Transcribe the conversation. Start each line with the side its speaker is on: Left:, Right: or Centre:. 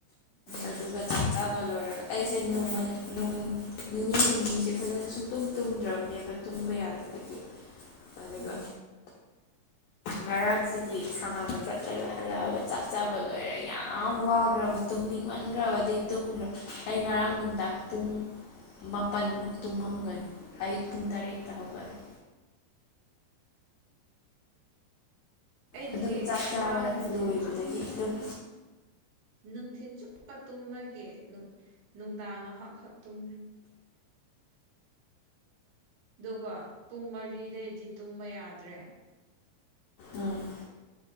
Right: ꯎꯝ
Left: ꯑꯗꯨꯒ ꯆ ꯆꯥꯕ ꯂꯣꯏꯔꯒ ꯑꯩꯁꯦ ꯅꯣꯡꯃ ꯅꯣꯡ ꯅꯤꯅꯤ ꯍꯨꯝꯅꯤꯁꯦ ꯐꯖꯅ ꯁꯨꯡꯛꯇꯨꯝ ꯇꯨꯝꯗ꯭ꯔꯕꯅꯦꯕ ꯇꯨꯝꯕ ꯌꯥꯗꯕꯒꯤ ꯑꯗꯨꯒ
Right: ꯎꯝ
Left: ꯉꯔꯥꯛꯁꯤ ꯍꯥꯏ ꯁꯥꯟꯅꯕ ꯆꯠꯂ ꯍꯜꯂꯛꯑꯒ ꯆꯥꯛ ꯆꯥꯕ ꯂꯣꯏꯔꯦ ꯌꯥꯝ ꯋꯥꯈ꯭ꯔꯕ ꯇꯨꯝꯅꯤꯡꯍꯟꯈ꯭ꯔꯕꯗꯤ ꯑꯩ ꯉꯔꯥꯡ ꯅꯨꯡꯗꯥꯡ ꯄꯨꯡ ꯃꯥꯄꯜꯃꯨꯛ ꯇꯨꯝꯃꯝꯒꯅꯤ ꯑꯌꯨꯛ ꯄꯨꯡ ꯇꯔꯦꯠꯇ ꯍꯧꯒꯠꯂꯨ
Right: ꯑꯩꯗꯤ
Left: ꯑꯗꯨꯝ ꯆꯥꯛ
Right: ꯉꯔꯥꯡ
Left: ꯆꯥꯕ
Right: ꯅꯨꯡꯊꯤꯟ
Left: ꯂꯣꯏꯕꯗꯒꯤ ꯑꯗꯨꯝ
Right: ꯅꯨꯡꯊꯤꯤꯟ ꯆꯨꯞꯄ ꯇꯨꯝꯃꯒꯤꯦ ꯅꯨꯡꯗꯥꯡ ꯉꯥꯏꯍꯥꯛꯛꯨꯝꯃꯤ ꯑꯗꯨꯒ ꯄꯨꯡ ꯃꯔꯤꯗꯩꯗꯤ ꯇꯨꯝꯕ ꯌꯥꯗ꯭ꯔꯦ
Left: ꯑꯝ